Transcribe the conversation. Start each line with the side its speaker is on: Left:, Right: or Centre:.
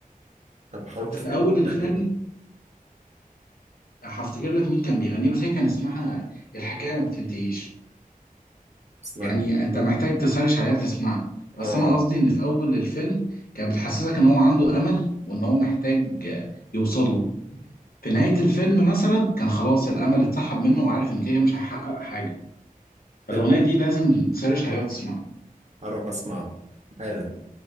Right: طب حاول
Left: في
Right: تفتكر
Left: اول
Right: اسمها
Left: الفيلم
Right: كده
Left: هفتكر لك مين كان بيغنيها بس هي كان اسمها الحكايه ما بتنتهيش
Right: اسمها
Left: يعني
Right: كلامك
Left: انت محتاج
Right: من كتير.
Left: تسرش عليها تسمعها بس
Right: اه
Left: انا قصدي ان في اول الفيلم كانت بتحسسك ان هو عنده امل وان هو محتاج يوصل له في نهاية الفيلم مثلا كان خلاص الأمل اتسحب منه وعارف إن كده مش هيحقق حاجة فالأغنية
Right: حلو
Left: دي لازم تسرش عليها وتسمعها
Right: هروح أسمعها حالا